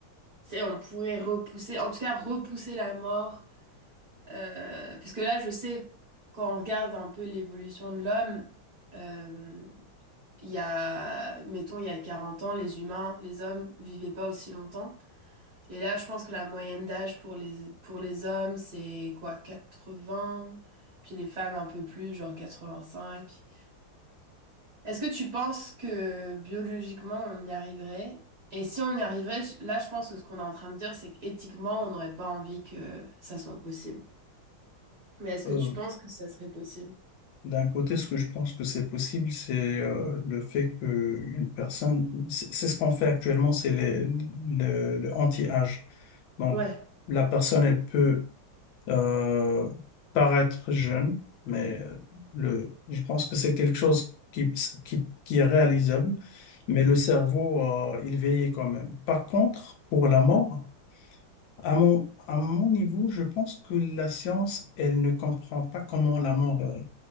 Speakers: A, on the right; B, on the left.
A: tu sais, on pourrait repousser, en tout cas repousser la mort? euh, parce que là, je sais, quand on regarde un peu l'évolution de l'homme, euh, il y a, mettons, il y a 40 ans, les humains, les hommes vivaient pas aussi longtemps. Et là, je pense que la moyenne d'âge pour les, pour les hommes, c'est quoi, 80? Puis les femmes un peu plus, genre 85. Est-ce que tu penses que biologiquement on y arriverait? Et si on y arriverait, je- là je pense que ce qu'on est en train de dire, c'est qu'éthiquement on n'aurait pas envie que ça soit possible. Mais est-ce
B: Euh,
A: que tu penses que ça serait possible?
B: d'un côté, ce que je pense que c'est possible, c'est euh, le fait que une personne, c'est c'est ce qu'on fait actuellement, c'est les- le le anti-âge. Donc,
A: Ouais.
B: la personne, elle peut euh, paraître jeune, mais euh, le, je pense que c'est quelque chose qui, qui, qui est réalisable, mais le cerveau, euh, il vieillit quand même. Par contre, pour la mort, à mon, à mon niveau, je pense que la science, elle ne comprend pas comment la mort, euh,